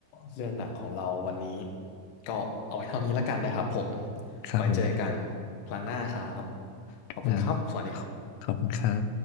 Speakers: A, on the left; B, on the left.
A: เรื่องหนังของเราวันนี้ก็เอาไว้เท่านี้แล้วกันนะครับผม
B: ครับผม
A: ไว้เจอกันครั้งหน้าครับ ขอบคุณครับ
B: อ่า
A: สวัสดีครับ
B: ขอบคุณครับ